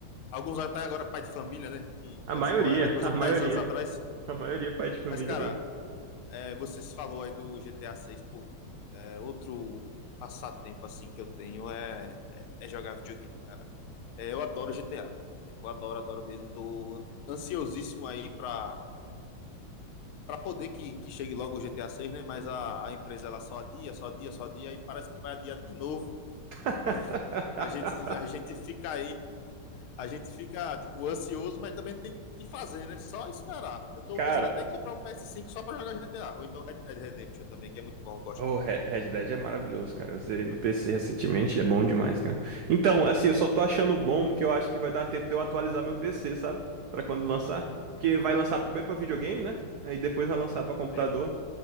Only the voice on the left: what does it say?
Alguns até agora pai de família, né? Que
que
antes não era, coisa
de
10 anos atrás.
Mas, cara,
é, você se falou aí do GTA 6 pô. é, outro passatempo, assim, que eu tenho é, é, é jogar videogame, cara. É, eu adoro GTA. Tipo, eu adoro, adoro mesmo. Tô ansiosíssimo aí pra para poder que, que chegue logo o GTA 6, né? Mas a, a empresa ela só adia, só adia, só adia, e parece que vai adiar de novo.
Então <laughs> a gente, a gente fica aí, a gente fica tipo ansioso, mas também tem que fazer, né? Só esperar. Eu tô
pensando até em comprar um ps cinco só para jogar GTA, ou então Red Dead Redemption também, que é muito bom, eu gosto.
Sim,
sempre,